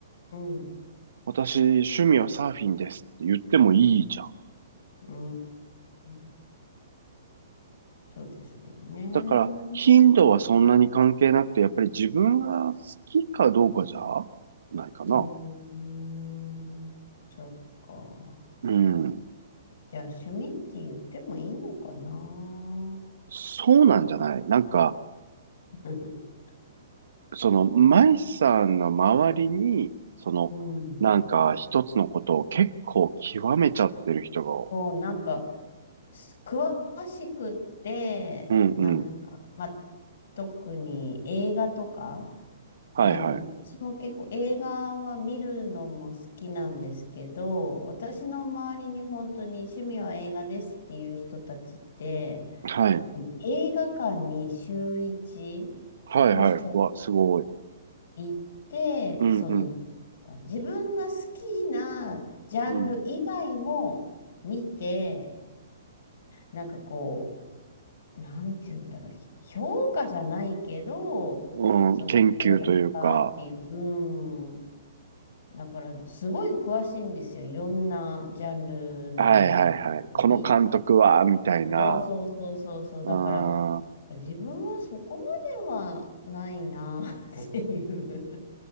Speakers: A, on the left; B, on the right.
A: うん、
B: 私趣味はサーフィンですって言ってもいいじゃん。
A: うーん。そうですもんね。
B: だから、頻度はそんなに関係なくて、やっぱり自分が好きかどうかじゃないかな。
A: うーん、そっか。
B: うん。
A: じゃあ、趣味って言ってもいいのかな。
B: そうなんじゃないなんか、
A: <laughs>
B: その、舞さんの周りに、その、
A: うん。
B: なんか一つのことを結構極めちゃってる人が、
A: そう、なんか、す詳しくって、
B: うんうん。
A: なんか、まあ、特に映画とか、
B: はいはい。
A: なんで、私も結構映画は見るのも好きなんですけど、私の周りに本当に趣味は映画ですっていう人たちって、
B: はい。
A: 映画館に週一、
B: はいはい。
A: もしくは
B: わ、すごい。
A: 行って、
B: うんうん
A: その、なんていうんですか自分が好きなジャンル以外も見て、
B: うん。
A: なんかこう、なんて言うんだろう、ひ評価じゃないけど、
B: うん、
A: そう、
B: 研究というか、
A: どうだったっていう、うん。だから、すごい詳しいんですよ。いろんなジャンルの映画
B: はいはいはい。この監督は、
A: に。
B: みたいな、
A: そうそうそうそうそう。
B: うん、
A: だから、
B: あ
A: 自分はそこまではないな <laughs> っていう